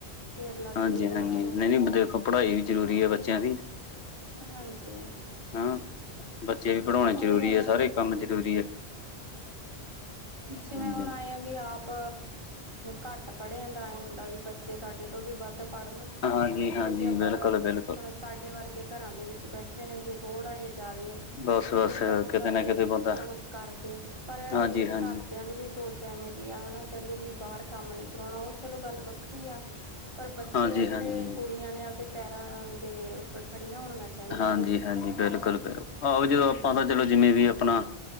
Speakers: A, on the right (about 25°); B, on the left (about 85°).
A: ਫੇਰ ਲੱਗਦੀ
B: ਹਾਂਜੀ
A: ਆ
B: ਹਾਂਜੀ
A: ਪੜੋਨ ਉਨਾਂ
B: ਨਹੀਂ ਨਹੀਂ
A: ਨੂੰ ਵੀ।
B: ਦੇਖੋ ਪੜ੍ਹਾਈ ਵੀ ਜ਼ਰੂਰੀ ਐ ਬੱਚਿਆਂ ਦੀ।
A: ਹਾਂਜੀ
B: ਹਾਂ। ਬੱਚੇ ਵੀ ਪੜ੍ਹਾਉਣੇ
A: ਉਈ
B: ਜ਼ਰੂਰੀ
A: ਐ ਨਾ,
B: ਹੈ ਸਾਰੇ ਕੰਮ
A: ਹਾਂ।
B: ਜ਼ਰੂਰੀ ਹੈ
A: ਜਿਵੇਂ
B: ਹਾਂਜੀ।
A: ਹੁਣ ਆਏ ਆ ਵੀ ਆਪ ਘੱਟ ਪੜ੍ਹਿਆ ਦਾ ਆਏ ਹੁੰਦਾ ਵੀ ਬੱਚੇ ਸਾਡੇ ਤੋਂ ਵੀ ਵੱਧ ਪੜ੍ਹ ਲੇਨ।
B: ਹਾਂਜੀ ਹਾਂਜੀ
A: ਕਿਉਂਕਿ ਆਪਾਂ
B: ਬਿਲਕੁਲ ਬਿਲਕੁਲ
A: ਹੁਣ ਅਸ ਸਾਡੇ ਵਰਗੇ ਕਰਾਂ ਦੇ ਵਿੱਚ ਬੈਠੇ ਨੇ ਜੇ ਥੋੜ੍ਹਾ ਜਾ ਜਾਦੇ
B: ਬਸ ਬਸ
A: ਕੀਤਾ ਹੁੰਦਾ
B: ਕਿਤੇ ਨਾ
A: ਤੇ
B: ਕਿਤੇ
A: ਕੁਛ
B: ਬੰਦਾ
A: ਨਾ ਕੁਛ ਕਰਦੇ, ਪਰ
B: ਹਾਂਜੀ
A: ਮੇਰੇ
B: ਹਾਂਜੀ
A: ਘਰਦਿਆਂ ਦੀ ਵੀ ਸੋਚ ਐਵੇੇ ਦੀ ਆ ਹਨਾ ਕੈੰਦੇ ਵੀ ਬਾਹਰ ਕੰਮ ਨੀ ਕਰਾਉਣਾ ਉਹ ਚਲੋ ਗੱਲ ਵੱਖਰੀ ਆ। ਪਰ ਬੱਚੇ
B: ਹਾਂਜੀ
A: ਆ ਜੇੜੇ
B: ਹਾਂਜੀ
A: ਕੁੜੀਆਂ ਨੇ ਆਪਦੇ ਪੈਰਾਂ ਦੇ ਖੜੀਆਂ ਹੋਣੀਆਂ ਚਾਹੀਦੀਆਂ
B: ਹਾਂਜੀ-ਹਾਂਜੀ
A: ਨੇ
B: ਬਿਲਕੁਲ-ਬਿਲਕੁਲ ਆਹੋ ਜਦੋਂ
A: ਹਮ
B: ਆਪਾਂ ਤਾਂ ਚਲੋ ਜਿਵੇਂ ਵੀ ਆਪਣਾ